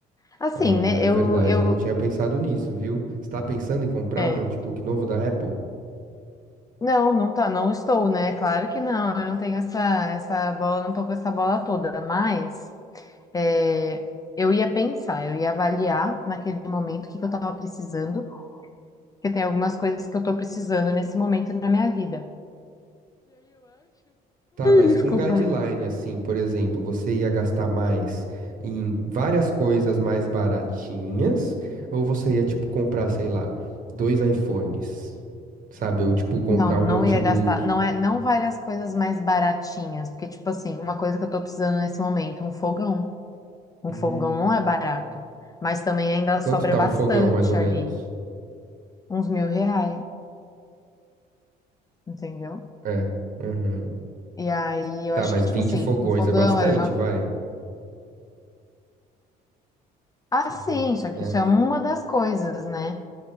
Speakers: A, on the left (about 20°); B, on the right (about 50°).
A: Assim,
B: Olha,
A: né?
B: é
A: Eu,
B: verdade,
A: eu,
B: eu não tinha pensado nisso, viu? Você tá pensando em comprar
A: é.
B: um notebook novo da Apple?
A: Não, não tá, não estou, né? Claro que não. Eu não tenho essa, essa bola, não tô com essa bola toda. Mas é, eu ia pensar, eu ia avaliar naquele momento o que que eu tava precisando, porque tem algumas coisas que eu tô precisando nesse momento na minha vida.
B: Tá, mas
A: Desculpa.
B: um guideline, assim, por exemplo, você ia gastar mais em várias coisas mais baratinhas, ou você ia, tipo, comprar, sei lá, dois iPhones, sabe? Ou, tipo, comprar
A: Não,
B: um
A: não
B: notebook.
A: ia gastar, não é, não várias coisas mais baratinhas, porque tipo assim, uma coisa que eu tô precisando nesse momento, um fogão. Um
B: Hum,
A: fogão não é barato, mas também ainda
B: quanto
A: sobra
B: tá
A: bastante
B: um fogão, mais ou menos?
A: ali. uns mil reais, entendeu?
B: É. aham.
A: E aí eu
B: Tá,
A: acho
B: mas
A: que,
B: 20
A: tipo assim,
B: fogões
A: um fogão
B: é bastante,
A: era uma.
B: vai.
A: Ah,
B: Tipo,
A: sim,
B: você-
A: só
B: né?
A: que isso é uma das coisas, né?